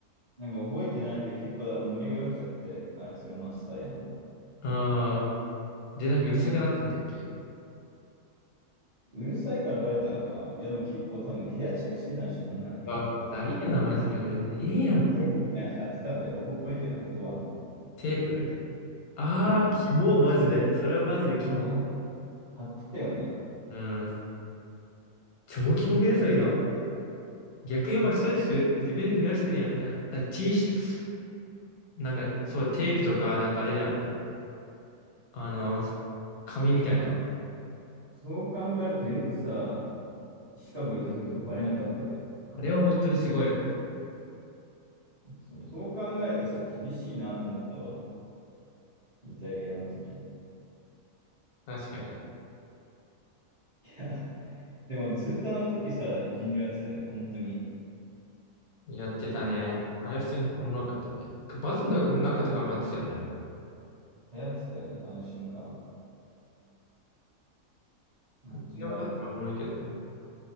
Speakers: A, on the right; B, on the left.
A: なんか覚えてないけど結構だ盛り上がっちゃって、あいつがマスターやんの。
B: ああー。で、なんかうるさくなったんだっけ
A: うるさいからバレたのかないやでも結構多分部屋チェックしてたんでしょ、みんなの部屋。
B: あ、誰が名前そういうの別にええやんって。
A: テープみたいなの貼ってたんじゃん。覚えてるなんかドアの。
B: テープああー、
A: うん。
B: キモ、マジで。それはマジでキモい。
A: なんか貼貼ってたよね。
B: うん。超キモくね、そういうの。逆にお前ストレスふ自分で増やしてるやん、みたいな。だ T シャツ、なんか、そう、テープとか、なんかあれだよね。あの、紙みたいな。
A: そう考えるとよくさ、シカゴ行った時とかバレなかったよね。
B: あれは本当にすごいよね。
A: そう、そう考えるとさ、厳しいなと思ったわ。イタリアの時。い
B: 確かに。
A: や、でもずっとあの時さ、人流やってたよね、本当に。
B: やってたね。あれは普通におもろかったよね。バスの中とかもやってたよね。
A: 流行ってたよね、あの瞬間。間違いなく。
B: 人狼は確かにおもろいけどね。